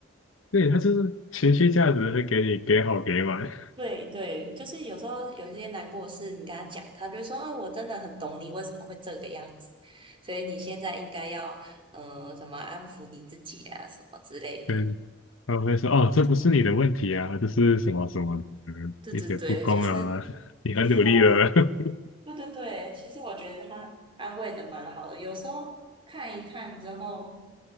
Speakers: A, on the left; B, on the right.
A: 对，他就是情绪价值会给你给好给满，
B: 对对，就是有时候有一些难过的事，你跟他讲，他就会说：“哦，我真的很懂你，为什么会这个样子？所以你现在应该要，呃，怎么安抚你自己啊，什么之类的。”
A: <laughs> 嗯，他会说哦，这不是你的问题啊，这是什么什么的，嗯一些不公啊，
B: 对对对，就是
A: 你很努力了，
B: 就是他，
A: <laughs>
B: 对对对，其实我觉得他安慰的蛮好的。有时候看一看之后，